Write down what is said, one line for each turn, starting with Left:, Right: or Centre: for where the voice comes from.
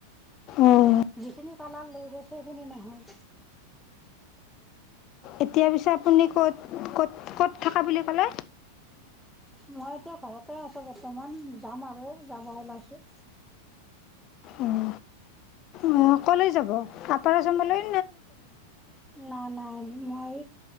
Left: অঁ
Centre: যিখিনি, কালাৰ লৈ গৈছে সেইখিনি নহয়।
Left: এতিয়া পিছে আপুনি ক'ত ক'ত ক'ত থকা বুলি ক'লে?
Centre: মই এতিয়া ঘৰতে আছো বৰ্তমান, যাম আৰু যাব ওলাইছো।
Left: উম মই কলৈ যাব, আপাৰ আসামলৈ
Centre: নাই নাই মই